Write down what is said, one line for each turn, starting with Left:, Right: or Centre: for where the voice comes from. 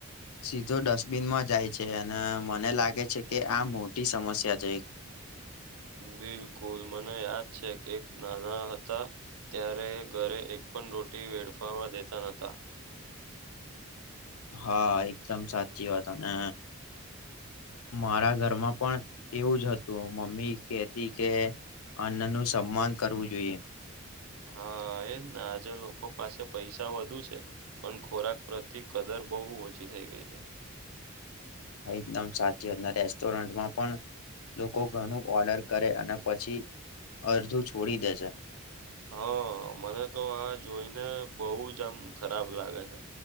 Left: સીધો ડસ્ટબિનમાં જાય છે અને મને લાગે છે કે આ મોટી સમસ્યા છે એક.
Right: બિલકુલ મને યાદ છે એક નાના હતા ત્યારે ઘરે એક પણ રોટી વેડફાવા દેતા ન હતા.
Left: હા એકદમ સાચી વાત અને
Right: <unintelligible>
Left: મારા ઘરમાં પણ એવું જ હતું મમ્મી કેતી કે અન્ન નું સન્માન કરવું જોઈએ.
Right: હા એજને આજે લોકો પાસે પૈસા વધુ છે. પણ ખોરાક પ્રતી કદર બહુ ઓછી થઈ ગઈ છે.
Left: એકદમ સાચી વાત તારી અને રેસ્ટોરન્ટમાં પણ લોકો ઘણું ઓર્ડર કરે અને પછી અડધું છોડી દે છે.
Right: હા મને તો આ જોઈને બહુ જ આમ ખરાબ લાગે છે.